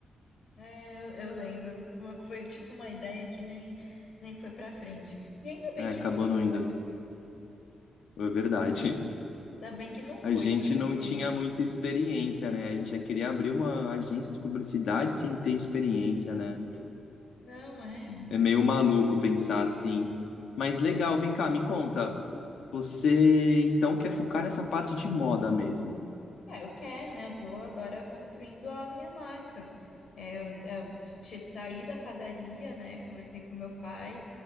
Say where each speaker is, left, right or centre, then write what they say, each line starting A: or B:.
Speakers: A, on the left; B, on the left.
A: É, eu, eu lembro. Uma- Foi tipo uma ideia que nem, nem foi pra frente. E ainda bem
B: É, acabou
A: que não foi,
B: não indo.
A: né?
B: É verdade.
A: Ainda bem que não foi,
B: A gente
A: porque.
B: não tinha muita experiência, né? A gente já queria abrir uma agência de publicidade sem ter experiência, né?
A: Não, é. E,
B: É meio maluco pensar
A: e
B: assim. Mas legal, vem cá, me conta. Você então quer focar nessa parte de moda mesmo?
A: aí, é, eu quero, né? Eu tô agora construindo a minha marca. É, eu, eu te- te- saí da padaria, né? Conversei com meu pai,